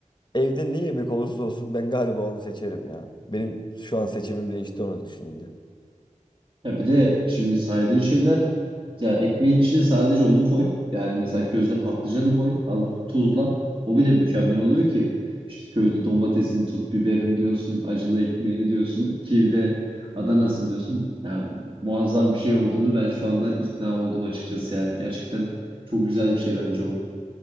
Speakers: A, on the left; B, on the right.
A: Evde ne yemek olursa olsun ben galiba onu seçerim ya. Benim şu an seçimim değişti onu düşününce.
B: Ya bir de şimdi saydığın şeyler ya ekmeğin içine sadece onu koy. Yani mesela közde patlıcanı koy. Az tuzla. O bile mükemmel oluyor ki. İşte közde domatesini tut, biberin diyorsun, acılı ekmeğini diyorsun ki bir de Adana'sın diyorsun. Yani muazzam bir şey olduğunu ben şu anda ikna oldum açıkçası yani. Gerçekten çok güzel bir şey bence o.